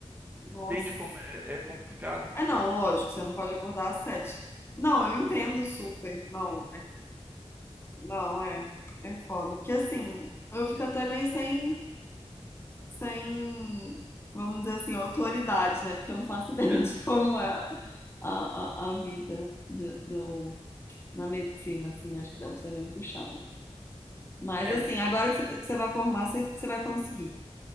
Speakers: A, on the left; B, on the right.
A: Nossa.
B: Entende como é, é complicado?
A: É não, lógico, você não pode acordar às sete. Não, eu entendo super. Não, é, não, é, é foda. Porque assim, eu fico até meio sem, sem, vamos dizer assim, autoridade, né? Porque eu não faço <laughs> ideia
B: <laughs>
A: de como é a, a, a vida de- do. na medicina, assim, acho que deve ser bem puxado. Mas,
B: É
A: assim,
B: difícil.
A: agora que você tá, que você vai formar, você, você vai conseguir.